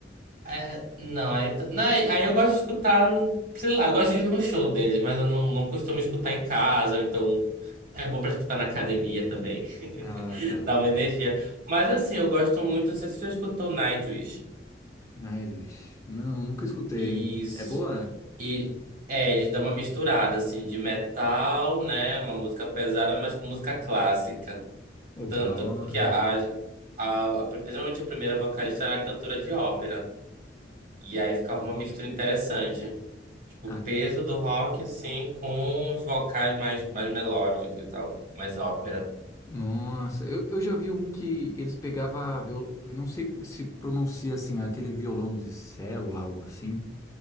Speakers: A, on the right; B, on the left.
A: é, não, aí, t- não, aí aí eu gosto de escutar, sei lá, eu gosto de ir no show deles, mas eu não, não costumo escutar em casa, então é bom pra escutar na academia também, <laughs>
B: Ah, tá,
A: dá uma
B: tá.
A: energia. Mas assim, eu gosto muito, não sei se você já escutou Nightwish.
B: Nightwish. Não, nunca escutei.
A: Isso.
B: É boa?
A: E é, eles dão uma misturada assim de metal, né? Uma música pesada, mas com música clássica.
B: Oh,
A: Tanto
B: que da hora.
A: que a, a, a- principalmente a primeira vocalista era cantora de ópera. E aí ficava uma mistura interessante. Tipo,
B: Ah,
A: o peso do rock, assim, com os vocais mais, mais melódicos e tal. Mais ópera.
B: nossa, eu, eu já vi um que eles pegavam, viol... eu não sei se pronuncia assim, aquele violão de célula, algo assim.